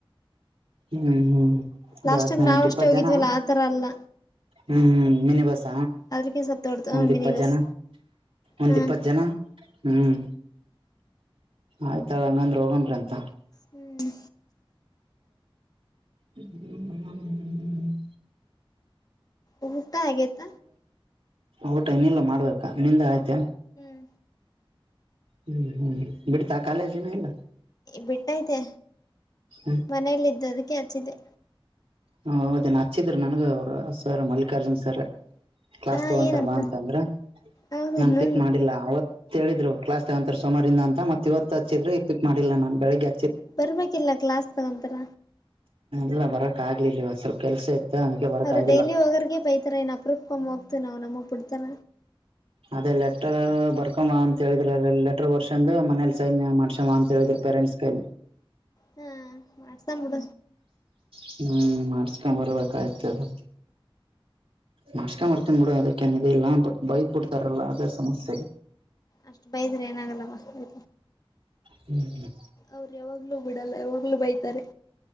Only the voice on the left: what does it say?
ಲಾಸ್ಟ್
ಟೈಮ್ ನಾವ್
ಅಷ್ಟೇ ಹೋಗಿದ್ವಲ್ಲ
ಆತರ ಅಲ್ಲ
ಅದ್ರಕ ಸ್ವಲ್ಪ ದೊಡ್ಡದು ಹ್ಮ
ಮಿನಿ
ಬಸ್
ಹ್ಮ್
ಹ್ಮ್
ಹಊಟಾ ಆತ
ಹ್ಮ
ಬಿಟ್ಟೈತೆ
ಮನೇಲ್ಲ್ದ ಅದಕ್ಕೆ ಆಚ್ಚಿದ್ದೆ
ಹಾ
ಏನಂತ
ಹೌದನ್ನ
ಬರ್ಬೇಕಿಲ್ಲ ಕ್ಲಾಸ್ ತಗೊಂತರ
ಅವ್ರು
ಡೈಲಿ ಹೋಗರ್ಗ ಬೈತಾರೆ ಇನ್ ಅಪೂಪ್ಕೊ್ ಹೋಗ್ತು ನಾವ್ ನಮಗ್ ಬಿಡ್ತಾರ
ಹಾ ಮಾಡಸಬಡ
ಅಷ್ಟ್ ಬೈದ್ರೆ ಏನಾಗಲ್ಲವಾ ಇ
ಅವ್ರ ಯಾವಾಗ್ಲೂ ಬಿಡಲ್ಲ ಯಾವಾಗ್ಲುೂ ಬೈತಾರೆ